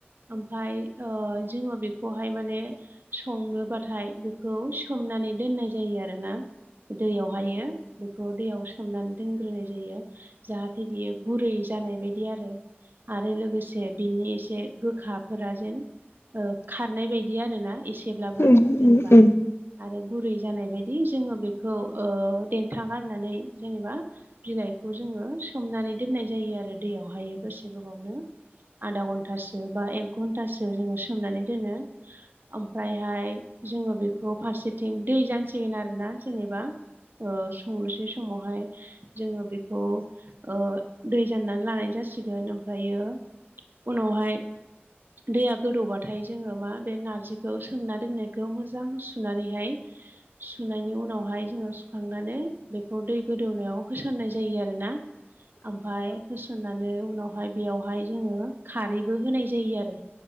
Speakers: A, on the right; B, on the left.
A: ओमफाय ओ जोङो बेखौहाय माने संनोबाथाय बेखौ खौ सोमनानै दोननाय जायो आरोना दैयावहायो बेखौ दैयाव सोमनानै दोनग्रोनाय जायो जाहाथे बियो गुरै जानाय बायदि आरो आरो लोगोसे बिनि एसे गोखाफोरा जेन ओ खारनाय बायदि आरोना एसेब्लाबो
B: उम
A: जेनेबा
B: उम औ उम
A: आरो गुरै जानाय बायदि जोङो बेखौ ओ देन्था गारनानै जेनेबा बिलाइखौ जोङो सोमनानै दोननाय जायो आरो दैयावहायो दसे गोबावनो आधा घन्टासो बा एक घन्टासो जोङो सोमनानै दोनो ओमफ्रायहाय जोङो बेखौ फारसेथिं दै जानसिगोन आरोना जेनेबा ओ संनोसै समावहाय जोङो बेखौ ओ दै जाननानै लानाय जासिगोन ओमफ्रायो उनावहाय दैया गोदौबाथाय जोङो मा बे नारजिखौ सोमना दोननायखौ मोजां सुनानैहाय सुनायनि उनावहाय जोङो खांनानै बेखौ दै गोदौनायाव होसननाय जायो आरो ना ओमफाय होसननानै उनावहाय बेयावहाय जोङो खारैबो होनाय जायो आरो।